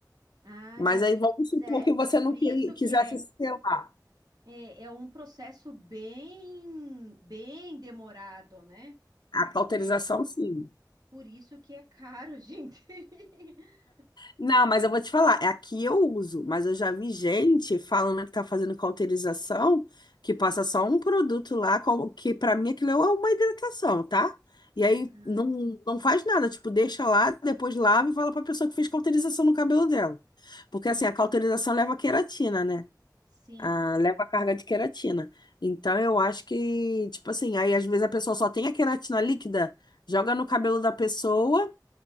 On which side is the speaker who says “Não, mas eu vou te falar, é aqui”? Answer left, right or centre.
Left